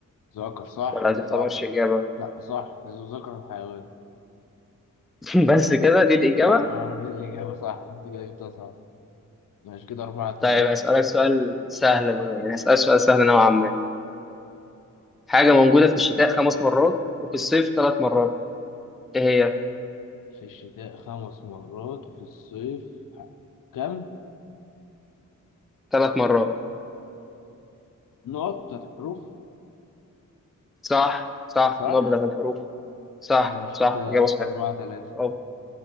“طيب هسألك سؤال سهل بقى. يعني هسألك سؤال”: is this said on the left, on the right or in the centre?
Centre